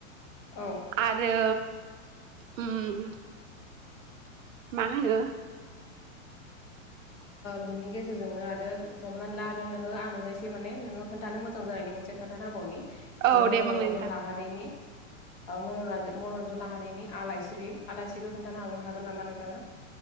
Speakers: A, on the left (about 30°); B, on the right (about 65°).
A: औ।
B: आरो उम मा होनो
A: बिनि गेजेरजोंनो आरो हमनानै ला आरो नोङो आं नोंनायस माने नोङो खोनन्थानो मोजां जानायनि मोनसे खोनथाबौनि
B: औ
A: जे
B: दे
A: मनरन्जन
B: बुंलाय नोंथां
A: लाहारिनि मनरन्जन लाहारिनि आलायस्रि आलायस्रिखौ खोनथानो हागोन नामा नोंथाङा?